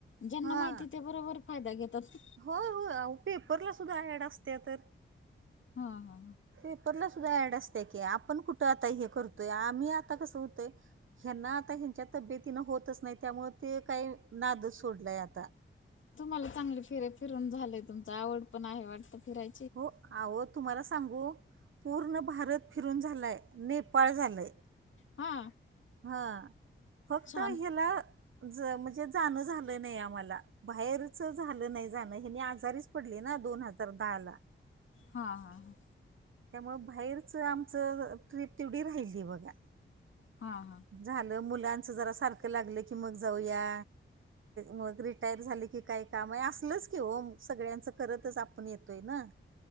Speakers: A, on the left (about 70°); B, on the right (about 70°).
A: ज्यांना
B: हा
A: माहिती ते बरोबर फायदा घेतात.
B: होय होय, आवो पेपरला सुद्धा ऍड असत्या तर.
A: हा हा हा.
B: पेपरला सुद्धा ऍड असत्या की आपण कुठं आता हे करतोय आम्ही आता कसं हुतय ह्यांना आता ह्यांच्या तब्येतीन होतच नाय, त्यामुळे ते काय नादच सोडलंय आता.
A: तुम्हाला चांगली फिरे- फिरून झालंय तुमच, आवड पण आहे वाटतं फिराय
B: हो, आवो तुम्हाला सांगू पूर्ण भारत फिरून झालाय, नेपाळ झालंय.
A: हा.
B: हा, फक्त
A: छान
B: हेला ज म्हजे जाणं झालं नाही आम्हाला. बाहेरच झालं नाय जाणं, हेनी आजारीच पडले ना दोन हजार दहाला.
A: हा हा हा.
B: त्यामुळ बाहेरच आमचं ट्रीप तेवढी राहिली बघा.
A: हा हा.
B: झाल, मुलांच जरा सारख लागलं की मग जाऊया. मग रिटायर झाल की काय काम हाय, असलच की हो सगळ्यांचं करतच आपण येतोय ना.